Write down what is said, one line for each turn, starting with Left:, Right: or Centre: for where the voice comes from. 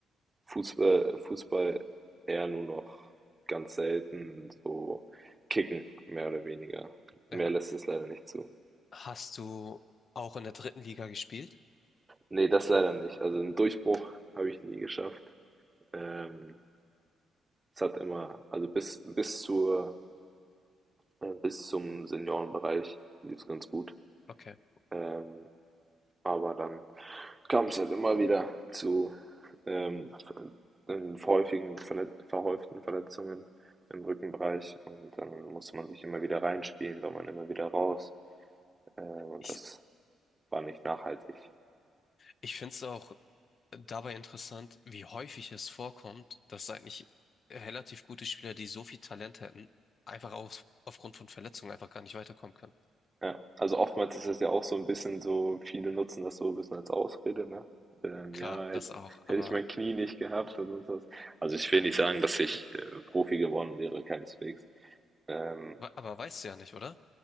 Right: Fußball Fußball eher nur noch ganz selten so kicken, mehr oder weniger. Mehr
Left: Ja.
Right: lässt es leider nicht zu.
Left: Hast du auch in der dritten Liga gespielt?
Right: Ne, das leider nicht. Also einen Durchbruch habe ich nie geschafft. Ähm, es hat immer also bis bis zur äh, bis zum Seniorenbereich lief es ganz gut.
Left: Okay.
Right: Ähm, Aber dann kam es halt immer wieder zu, ähm, ähm, häufigen verlet verhäuften Verletzungen im Rückenbereich und dann musste man sich immer wieder reinspielen, war man immer wieder raus, äh, und
Left: Ich,
Right: das war nicht nachhaltig.
Left: ich finde es auch dabei interessant, wie häufig es vorkommt, dass eigentlich relativ gute Spieler, die so viel Talent hätten, einfach auf, aufgrund von Verletzungen einfach gar nicht weiterkommen können.
Right: Ja, also oftmals ist es ja auch so ein bisschen so viele nutzen das so ein bisschen als Ausrede, ne? Ähm,
Left: Klar,
Right: ja, hätte
Left: das
Right: ich
Left: auch,
Right: hätte
Left: aber,
Right: ich mein Knie nicht gehabt oder sonst was. Also, ich will nicht sagen, dass ich, äh, Profi geworden wäre, keineswegs. Ähm,
Left: aber weißt du ja nicht, oder?